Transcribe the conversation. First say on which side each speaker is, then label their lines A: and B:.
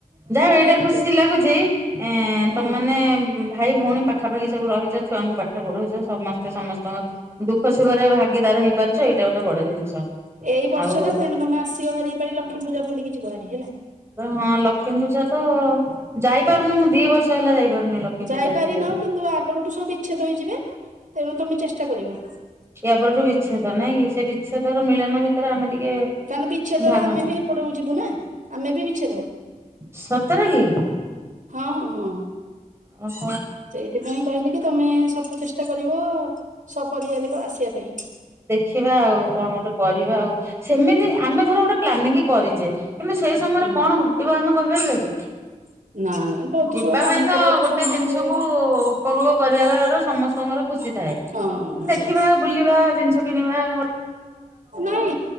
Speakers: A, on the right; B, on the right.
A: ଯାହା ହ ଏଇଟା
B: ଜାଣିଛୁ
A: ଖୁସି ଲାଗୁଛି ଏଁ ତମମାନେ
B: ହଁ
A: ଭାଇ ଭଉଣୀ ପାଖାପାଖି ସବୁ ରହିଛ ଛୁଆଙ୍କୁ ପାଠ ପଢଉଛ ସମସ୍ତେ ସମସ୍ତଙ୍କ ଦୁଖ ଭାଗିଦାର ହେଇ ପାରୁଛ ଏଇଟା ଗୋଟେ ବଡ ଜିନିଷ।
B: ଏଇ ବର୍ଷଟା
A: ଆଉ
B: ତେଣୁ ତମେ ଆସିବ ଭାରି ଏପାଳି ଲକ୍ଷ୍ମୀ ପୂଜା ବୁଲିକି ଯିବ ହାରି ହେଲା।
A: ହଁ ଲକ୍ଷ୍ମୀ ପୂଜା ତ ଯାଇପାରୁନି ମୁଁ ଦି ବର୍ଷ ହେଲା ଯାଇପାରୁନି ଲକ୍ଷ୍ମୀ
B: ଯାଇପାରିନ
A: ପୂଜା ଦେଖିବା ପାଇଁ।
B: କିନ୍ତୁ ଆପରଠୁ ସବୁ ବିଚ୍ଛେଦ ହେଇଯିବେ ତେଣୁ ତମେ ଚେଷ୍ଟା କରିବ।
A: ଇଆ ପରଠୁ ବିଚ୍ଛେଦ ନାଇଁ କି ସେ ବିଚ୍ଛେଦର ମିଳନ ଭିତରେ ଆମେ ଟିକେ
B: କାରଣ ବିଚ୍ଛେଦରେ
A: ଭାଗ
B: ଆମେ
A: ନଉ
B: ବି ହେପଟକୁ ଯିବୁ ନା ଆମେ ବି ବିଚ୍ଛେଦ।
A: ସତରେ କି?
B: ହଁ ହଁ ହଁ।
A: ଓ ହ
B: ସେଥିପାଇଁ କହିଲି କି ତମେ ସତ ଚେଷ୍ଟା କରିବ ସପରିବାରେ ଆସିବା ପାଇଁ।
A: ଦେଖିବା ଆଉ, କଣ ଗୋଟେ କରିବା ଆଉ? ସେମିତି ଆମେ ଧର ଗୋଟେ ପ୍ଲାନିଂ କରିଛେ କିନ୍ତୁ ସେଇ ସମୟରେ
B: ହଁ
A: କଣ ଘଟିବ ଆମେ କହିପାରିବା କି?
B: ନା ନା ତୋର
A: ଯିବା
B: ତ ସବୁ କାମ
A: ପାଇଁ ତ
B: ପଡିଯାଉଛି
A: ଗୋଟେ
B: ସମସ୍ତେ
A: ଜିନିଷ କୁ ଉପଭୋଗ କରି ଆର ସମସ୍ତଙ୍କର ଖୁସି ଥାଏ
B: ହଁ
A: ଦେଖିବା
B: ବାସ୍
A: ବୁଲିବା ଜିନିଷ କିଣିବା ଗୋଟେ
B: ନାଇଁ